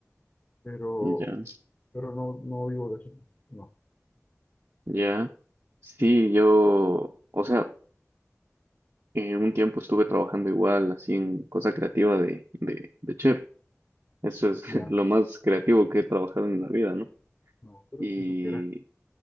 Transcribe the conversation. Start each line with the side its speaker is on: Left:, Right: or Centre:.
Left: Pero,
Right: Ya,
Left: pero no, no vivo de eso. No.
Right: ya. Sí, yo, o sea, eh, un tiempo estuve trabajando igual, así en cosa creativa de, de, de chef. Eso es <laughs>
Left: Ya
Right: lo más creativo que he trabajado en la vida, ¿no?
Left: No, pero
Right: Y
Left: si supieras,